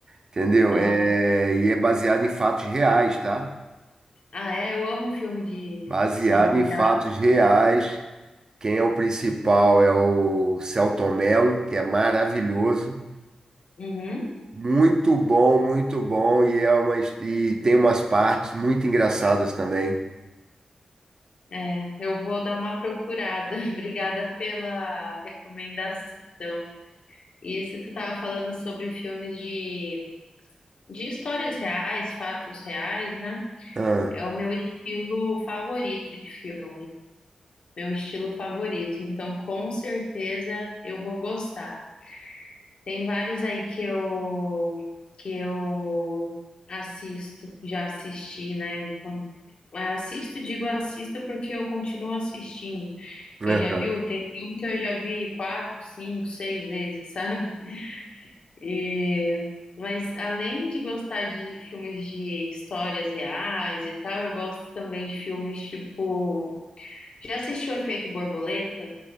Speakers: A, on the right; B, on the left.
A: entendeu?
B: Ó.
A: É... E é baseado em fatos reais, tá?
B: Ah, é, eu amo filme de
A: baseado
B: que são baseados.
A: em fatos reais. Quem é o principal é o Selton Mello, que é maravilhoso.
B: Uhum.
A: Muito bom, muito bom. E, é uma, his- e tem umas partes muito engraçadas também.
B: É, eu vou dar uma procurada. <laughs> Obrigada pela recomendação. E isso que tu tava falando sobre filmes de de histórias reais, fatos reais, né?
A: Ah,
B: É o meu estilo favorito de filme. meu estilo favorito. Então, com certeza eu vou gostar. Tem vários aí que eu que eu assisto, já assisti, né? E com- Assisto, digo assisto porque eu continuo assistindo.
A: aham.
B: Eu já vi, tem filme que eu já vi quatro, cinco, seis vezes, <laughs> sabe? E, mas além de gostar de filmes de histórias reais e tal, eu gosto também de filmes tipo. Já assistiu Efeito Borboleta?